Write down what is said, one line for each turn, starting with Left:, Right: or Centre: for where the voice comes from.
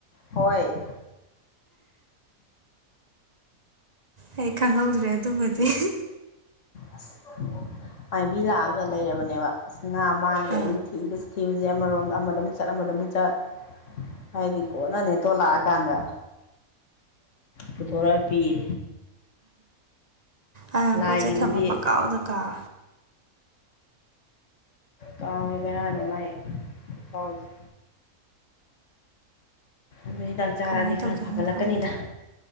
Left: ꯍꯣꯏ
Right: ꯑꯩ ꯈꯪꯍꯧꯗ꯭ꯔꯦ ꯑꯗꯨꯃꯗꯤ
Left: ꯑꯁ ꯃꯥꯏꯕꯤ ꯂꯥꯛꯑꯒ ꯂꯩꯔꯕꯅꯦꯕ ꯑꯁ ꯉꯥ ꯃꯥꯡꯈ꯭ꯔꯦꯅ
Right: ꯑꯥ
Left: ꯊꯤꯕꯁꯤ ꯊꯤꯕꯁꯦ ꯑꯃꯔꯣꯝꯗ ꯑꯃꯗꯃꯨꯛ ꯆꯠ ꯑꯃꯗꯃꯨꯛ ꯆꯠ ꯍꯥꯏꯗꯤ ꯀꯣꯟꯅꯅꯦ ꯇꯣꯂꯥꯛꯑꯀꯥꯟꯗ ꯄꯨꯊꯣꯔ ꯄꯤꯌꯦ
Right: ꯑꯗꯨꯅ
Left: ꯂꯥꯏꯒꯤꯗꯨꯗꯤ
Right: ꯄꯣꯠ ꯆꯩꯩ ꯊꯃ ꯄꯪꯀꯥꯎꯗ ꯀꯥꯎ
Left: ꯀꯥꯎꯋꯦ ꯕꯦꯔꯥꯅꯤ ꯃꯥꯏ ꯐꯥꯎꯖꯦ ꯑꯗꯨ ꯍꯤꯗꯥꯛ ꯆꯥꯔꯗꯤ
Right: ꯀꯃꯥꯏꯅ ꯇꯧꯗꯣꯏꯅꯣ
Left: ꯈꯔ ꯐꯒꯠꯂꯛꯀꯅꯤꯗ
Right: ꯈꯪꯗꯦ